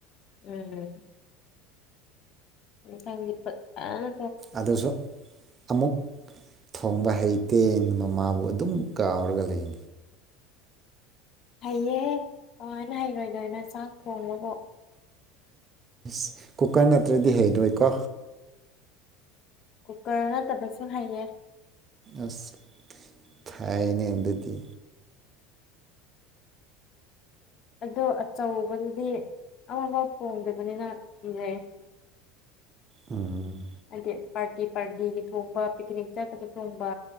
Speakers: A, on the left; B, on the right.
A: ꯎꯝ ꯃꯊꯪꯗꯤ ꯐꯠꯖꯅ
B: ꯑꯗꯨꯁꯨ ꯑꯃꯨꯛ ꯊꯣꯡꯕ ꯍꯩꯇꯦ ꯍꯩꯅ ꯃꯃꯥꯕꯨ ꯑꯗꯨꯝ ꯀꯥꯎꯔꯒ ꯂꯩ
A: ꯍꯩꯌꯦ ꯀꯃꯥꯏꯅ ꯍꯩꯔꯣꯏꯗꯣꯏꯅꯣ ꯆꯥꯛ ꯊꯣꯡꯕꯕꯣ
B: ꯏꯁ ꯀꯨꯀꯔ ꯅꯠꯇ꯭ꯔꯗꯤ ꯍꯩꯗꯣꯏꯀꯣ
A: ꯀꯨꯀꯔ ꯅꯠꯇꯕꯁꯨ ꯍꯩꯌꯦ
B: ꯑꯁ ꯊꯥꯏꯅꯦ ꯑꯗꯨꯗꯤ
A: ꯑꯗꯣ ꯑꯆꯧꯕꯗꯨꯗꯤ ꯑꯃꯥꯐꯥꯎ ꯊꯣꯡꯗꯕꯅꯤꯅ ꯀꯤꯖꯩ
B: ꯎꯝ
A: ꯑꯩꯗꯤ ꯄꯥꯔꯇꯤ ꯄꯥꯔꯇꯤꯒꯤ ꯊꯣꯡꯕ ꯄꯤꯛꯅꯤꯛ ꯆꯠꯄꯗ ꯊꯣꯡꯕ